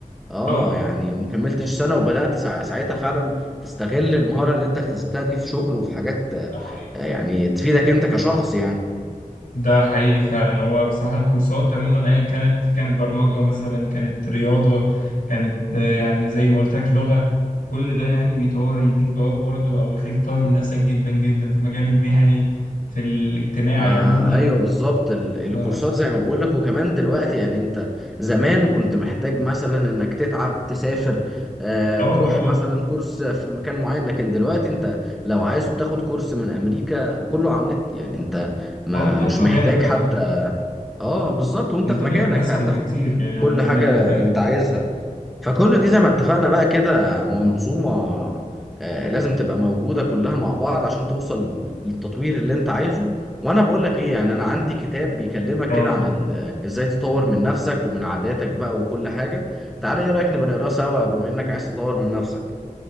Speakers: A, in the centre; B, on the left.
A: اه
B: اه
A: يعني ما كملتش سنه وبدات سع- ساعتها فعلا تستغل المهاره اللي انت اكتسبتها دي في شغل وفي حاجات آه،
B: ده حقيقي
A: يعني تفيدك انت كشخص يعني
B: ده حقيقي فعلا هو بصراحة الكورسات عموما أيا كانت كانت برمجة مثلا كانت رياضة كانت آه، يعني زي ما قلت لك لغة كل ده يعني بيطور يديك بوابة برضو أو يخليك تطور من نفسك جدا جدا في مجال المهني في الاجتماعي
A: ما
B: عموما
A: ايوه بالظبط ال- الكورسات
B: فا
A: زي ما بقول لك وكمان دلوقتي يعني انت زمان كنت محتاج مثلا انك تتعب تسافر آه
B: آه
A: تروح
B: آه
A: مثلا كورس في مكان معين لكن دلوقتي انت لو عايز تاخد كورس من امريكا كله على النت يعني انت ما
B: أو أنت قاعد
A: مش
B: في مكانك
A: محتاج
B: والله
A: حتى اه بالظبط وانت
B: الدنيا
A: في مكانك
B: بقت أسهل
A: هتاخد
B: بكتير يعني
A: كل
B: عن زمان
A: حاجة
B: وكده
A: انت عايزها فكل دي زي ما اتفقنا بقى كده منظومة آه، لازم تبقى موجودة كلها مع بعض عشان توصل للتطوير اللي انت عايزه وانا بقول لك ايه يعني انا عندي كتاب بيكلمك
B: آه
A: كده عن ال- آه، ازاي تطور من نفسك ومن عاداتك بقى وكل حاجة تعالى ايه رأيك نبقى نقراه سوا بما انك عايز تطور من نفسك